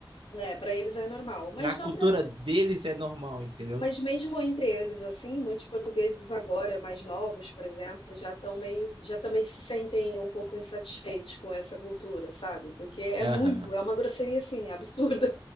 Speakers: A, on the left; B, on the right.
A: né, pra eles é normal. Mas
B: na cultura
A: não pra,
B: deles é normal, entendeu?
A: mas mesmo entre eles, assim, muitos portugueses agora, mais novos, por exemplo, já estão meio, já também se sentem um pouco insatisfeitos com essa cultura, sabe? Porque é
B: Aham.
A: muito, é uma grosseria, assim, absurda.